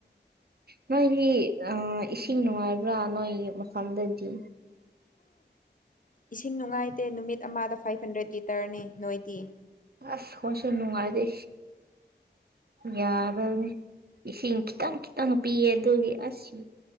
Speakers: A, on the right; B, on the left.
A: ꯅꯣꯏꯗꯤ ꯑ ꯏꯁꯤꯡ ꯅꯨꯡꯉꯥꯏꯕ꯭ꯔꯥ ꯅꯣꯏ ꯃꯐꯝꯗꯗꯤ
B: ꯏꯁꯤꯡ ꯅꯨꯡꯉꯥꯏꯇꯦ ꯅꯨꯃꯤꯠ ꯑꯃꯗ ꯐꯥꯏꯚ ꯍꯟꯗ꯭ꯔꯦꯠ ꯂꯤꯇꯔꯅꯦ ꯅꯣꯏꯗꯤ
A: ꯑꯁ ꯍꯣꯁ ꯅꯨꯡꯉꯥꯏꯗꯦ ꯌꯥꯗꯕꯅꯦ ꯏꯁꯤꯡ ꯈꯤꯇꯪ ꯈꯤꯇꯪ ꯄꯤꯌꯦ ꯑꯗꯨꯒꯤ ꯑꯁ